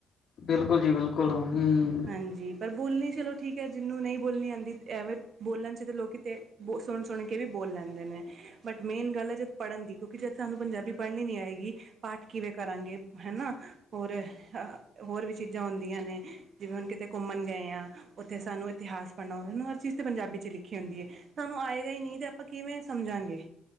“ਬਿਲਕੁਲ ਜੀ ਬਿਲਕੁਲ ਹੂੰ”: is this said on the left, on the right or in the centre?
Left